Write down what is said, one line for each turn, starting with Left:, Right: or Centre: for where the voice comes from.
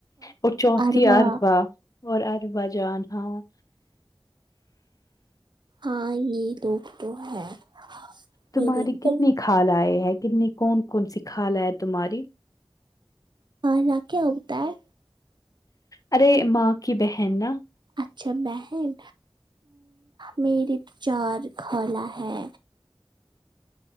Left: اور چوتھی
Right: اروا
Left: اربا اور اربا جان ہاں
Right: ہاں یہ لوگ تو ہے
Left: تمہاری
Right: میرے
Left: کتنی
Right: پر
Left: کھالے ہے کتنی کون کون سی کال آ ہے تمہاری
Right: خالہ کیا ہوتا ہے
Left: ارے ماں کی بہن نا
Right: اچھا بہن میرریے تو چار خالہ ہے